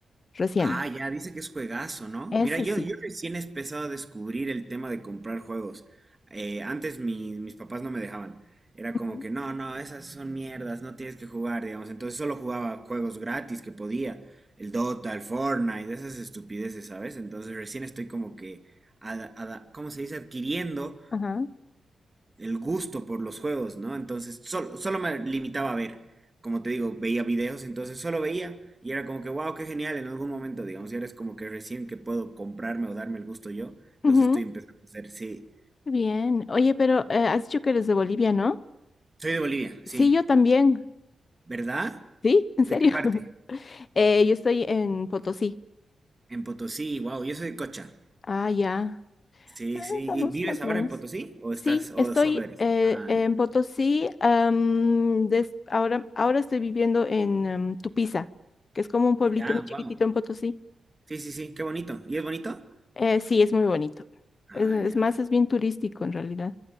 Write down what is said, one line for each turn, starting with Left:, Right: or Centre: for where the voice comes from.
Left: recién,
Right: Ah, ya, dice que es juegazo, ¿no?
Left: ese
Right: Mira, yo,
Left: sí.
Right: yo recién he empezado a descubrir el tema de comprar juegos. Eh, antes mi- mis papás no me dejaban. Era
Left: Ujú.
Right: como que, no, no, esas son mierdas, no tienes que jugar, digamos. Entonces solo jugaba juegos gratis que podía. El Dota, el Fortnite, esas estupideces, ¿sabes? Entonces recién estoy como que, ada- ada- ¿cómo se dice? Adquiriendo
Left: Ajá.
Right: el gusto por los juegos, ¿no? Entonces solo, solo me limitaba a ver, como te digo, veía videos, entonces solo veía y era como que, wow, qué genial en algún momento, digamos, y ahora es como que recién que puedo comprarme o darme el gusto yo, los
Left: Ujú,
Right: estoy empezando a hacer, sí.
Left: Bien. Oye, pero eh, has dicho que eres de Bolivia, ¿no?
Right: Soy de Bolivia,
Left: Sí,
Right: sí.
Left: yo también.
Right: ¿Verdad?
Left: Sí, en
Right: ¿De
Left: serio.
Right: qué parte?
Left: <laughs> Eh, yo estoy en Potosí.
Right: En Potosí, wow, yo soy de Cocha.
Left: Ah, ya.
Right: Sí,
Left: Ah,
Right: sí.
Left: Estamos
Right: ¿Y vives
Left: más
Right: ahora
Left: o menos.
Right: en Potosí o
Left: Sí,
Right: estás o
Left: estoy
Right: solo eres?
Left: eh,
Right: Ah,
Left: en Potosí. am, des- ahora, ahora estoy viviendo en am, Tupiza, que es como un pueblito
Right: ya,
Left: muy
Right: wow.
Left: chiquitito en Potosí.
Right: Sí, sí, sí, qué bonito. ¿Y es bonito?
Left: Eh, sí, es muy bonito.
Right: Ah,
Left: Es, es
Right: ya.
Left: más, es bien turístico en realidad.